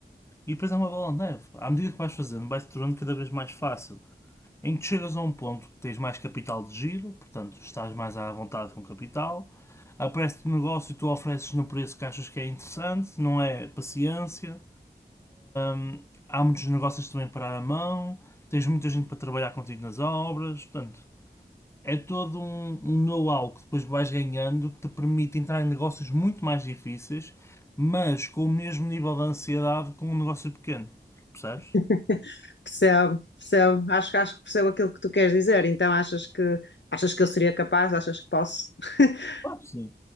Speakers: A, on the left; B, on the left.
A: E depois é uma bola de neve. À medida que vais fazendo, vai-se tornando cada vez mais fácil. Em que chegas a um ponto que tens mais capital de giro, portanto estás mais à vontade com capital, aparece-te um negócio e tu ofereces no preço que achas que é interessante, não é paciência. Hum, há muitos negócios também para a mão, tens muita gente para trabalhar contigo nas obras, portanto, é todo um, um know-how que depois vais ganhando que te permite entrar em negócios muito mais difíceis, mas com o mesmo nível de ansiedade com um negócio pequeno. Percebes?
B: <laughs> percebo, percebo, acho, que acho que percebo aquilo que tu queres dizer, então achas que achas que eu seria capaz, achas que posso? <laughs>
A: Claro que sim.